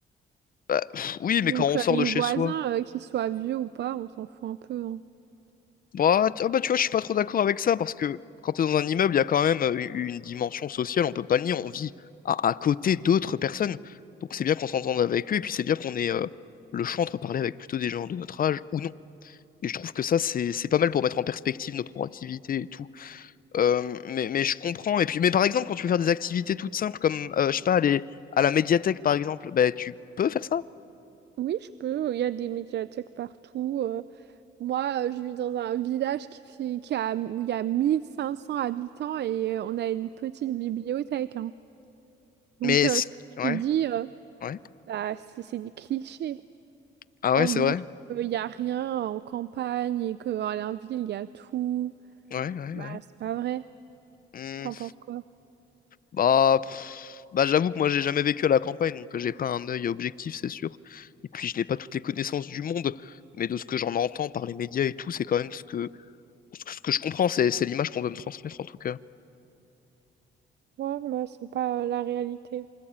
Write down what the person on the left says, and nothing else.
Bah, pff, oui, mais
quand on
sort
de chez
soi,
Bah, t- ah bah, tu vois, je suis pas trop d'accord avec ça parce que quand tu es dans un immeuble, il y a quand même euh, une une dimension sociale, on peut pas le nier, on vit à, à côté d'autres personnes. Donc c'est bien qu'on s'entende avec eux et puis c'est bien qu'on ait euh, le choix entre parler avec plutôt des gens de notre âge ou non. Et je trouve que ça, c'est c'est pas mal pour mettre en perspective nos propres activités et tout. Euh, mais, mais je comprends. Et puis, mais par exemple, quand tu veux faire des activités toutes simples, comme, euh, je sais pas, aller à la médiathèque, par exemple, bah, tu peux faire ça.
Mais,
c-
ouais,
ouais.
Ah ouais,
c'est
vrai.
Ouais, ouais,
ouais.
Mmh.
Bah, pff, bah j'avoue que moi j'ai jamais vécu à la campagne, donc euh, j'ai pas un œil objectif, c'est sûr. Et puis je n'ai pas toutes les connaissances du monde, mais de ce que j'en entends par les médias et tout, c'est quand même ce que, ce que, ce que je comprends, c'est, c'est l'image qu'on veut me transmettre en tout cas.